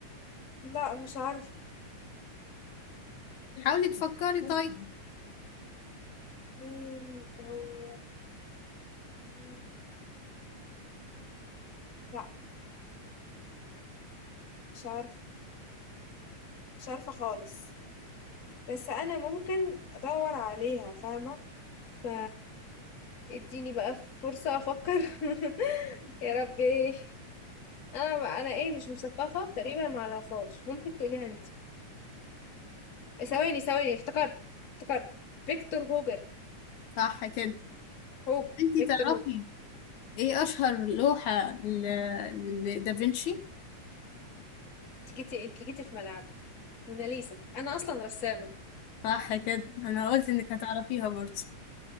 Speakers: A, on the left; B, on the left.
A: لا مش عارف
B: حاولي تفكري طيب
A: مين هو مم، لا مش عارف مش عارفة خالص بس انا ممكن ادور عليها فاهمة ف اديني بقى فرصة افكر <laughs> يا ربي انا بقى انا ايه مش مثقفة تقريبا ما اعرفهاش ممكن تقوليها انت ثواني ثواني افتكرت افتكرت فيكتور هوجر
B: صح كده
A: هوجر
B: انتي
A: فيكتور
B: تعرفي
A: هوجر
B: ايه اشهر لوحة ل- لدافنشي
A: انت جيتي انت جيتي في ملعبي موناليزا انا اصلا رسامة
B: صح كده انا قلت انك هتعرفيها برضه